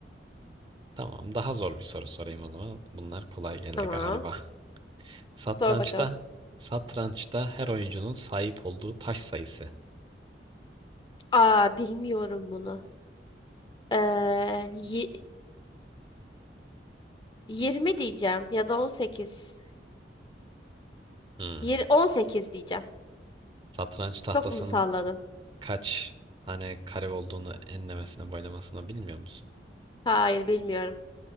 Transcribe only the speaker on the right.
Tamam daha zor bir soru sorayım o zaman. Bunlar kolay geldi
galiba. Satrançta,
satrançta her oyuncunun sahip olduğu taş sayısı.
Hmm.
Satranç tahtasının
kaç tane kare olduğunu enlemesine boylamasına bilmiyor musun?